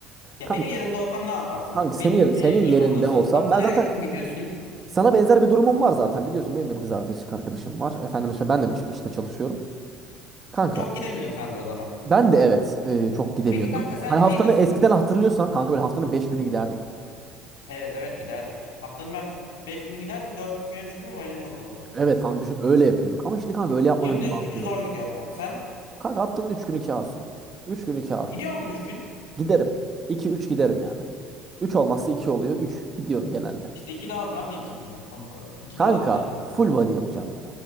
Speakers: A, on the left (about 85°); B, on the right (about 30°).
A: Ya
B: Kanka,
A: benim yerinde olsam ne yaparsın?
B: kanka
A: Benim
B: senin, yerin, senin
A: e,
B: yerinde
A: durumumdasın.
B: olsam
A: Haftada
B: ben zaten
A: 3 gün gidiyorsun.
B: sana benzer bir durumum var zaten. Biliyorsun benim de bir kız arkadaş- arkadaşım var. Efendime söyleyeyim ben de bir ç- işte çalışıyorum. Kanka
A: Çok gidemiyorsun sen de o zaman.
B: ben de evet e, çok gidemiyordum.
A: Peki kanka sen
B: Hani
A: şeyi
B: haftanı
A: nasıl?
B: eskiden hatırlıyorsan kanka böyle haftanın 5 günü giderdik.
A: Evet evet giderdik. Haftanın ben 5 günü giderdim 4 güne düştüm ama elim bozulurdu.
B: Evet kanka düşün öyle yapıyorduk. Ama şimdi kanka öyle yapmanın
A: Şimdi
B: bir mantığı
A: üçü
B: yok.
A: zor gidiyorum ben. Sen?
B: Kanka haftanın 3 günü kafi. 3 günü kafi.
A: Gidiyor musun 3 gün?
B: Giderim. 2 3 giderim yani. Üç olmazsa 2 oluyor. 3 gidiyorum genelde.
A: İşte iki de az. Ben de iki gidiyorum kanka. İki
B: Kanka
A: de az yani.
B: full body yapacağım ben.